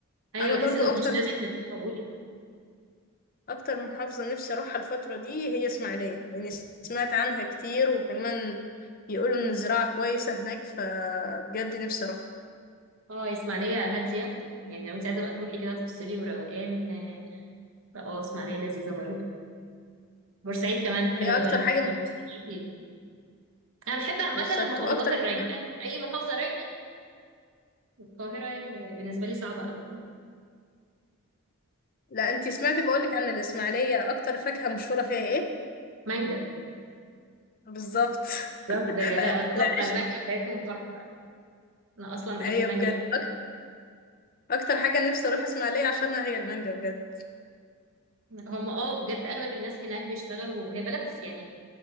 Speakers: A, on the right (about 65°); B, on the left (about 40°).
A: ايوه
B: أنا برضو
A: بحس انه
B: أكتر
A: مش لازم نتقول
B: اكتر من محافظة نفسي اروحها الفترة دي هي اسماعيلية لاني سمعت عنها كتير وكمان يقولوا ان الزراعة كويسة هناك فبجد نفسي اروحها
A: اه اسماعيلية هادية يعني لو انت عايزة بقى تروحي كده تفصلي وروقان اه فآه، اسماعيلية لذيذة برضه بورسعيد كمان
B: وهي
A: حلوة
B: اكتر
A: قوي انا بحب
B: حاجة من...
A: بورسعيد يعني. انا بحب عامة
B: بالظبط
A: المحافظات
B: واكتر
A: الرايقة
B: حاجة...
A: اي محافظة رايقة القاهرة اللي بالنسبة لي صعبة قوي
B: لا انتي سمعتي بقولك عن الاسماعيلية اكتر فاكهة مشهورة فيها ايه
A: مانجا
B: بالظبط
A: بالظبط
B: <laughs>
A: ده لا
B: العيش
A: تحفة المانجا بتاعتهم تحفة انا اصلا بحب
B: ايوه
A: المانجا
B: بجد أك- اكتر حاجة نفسي اروح اسماعيلية عشانها هي المانجا بجد
A: أوي. هم اه بجد اغلب الناس هناك بيشتغلوا هي بلد يعني